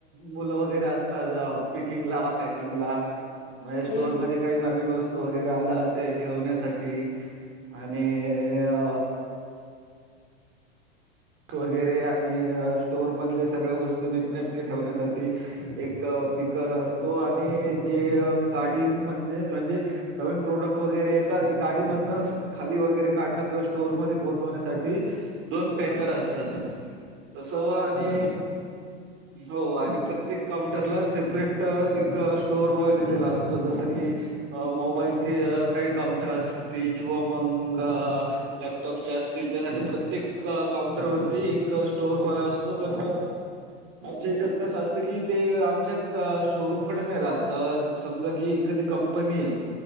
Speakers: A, on the right; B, on the left.
A: मुलं वगैरे असतं त्याच्या पिकिंग ला, पॅकिंग ला.
B: <inaudible>
A: मग, हे स्टोर
B: हम्म
A: मध्ये. काही नवीन वस्तू वगैरे आला ते ठेवण्यासाठी आणि य वस्तू वगैरे आणि स्टोर मधले सगळ्या, वस्तू नीट नेटके ठेवण्यासाठी. एक स्पीकर असतो. आणि जे गाडी म्हणजे? म्हणजे? नवीन प्रोडक्ट वगैरे येतात. ते गाडी मधनच. खाली वगैरे काढण किंवा स्टोअरमध्ये पोहोचवण्यासाठी दोन पॅक कर असतात तस आणि
B: हम <unintelligible>
A: हो आणि प्रत्येक काउंटरला सेपरेट एक स्टोअर बॉय दिलेला असतो जसं की अ मोबाईलचे काही काऊंनटर असतील किंवा मग लॅपटॉपचे असतील त्यासाठी प्रत्येक काउंटर वरती एक, स्टोअर बॉय असतो पण. आमच्या ह्याच्यात कसं असतं की ते आमच्या क शोरूम कडे नाही राहत अ समजा की एखादी कंपनी हे.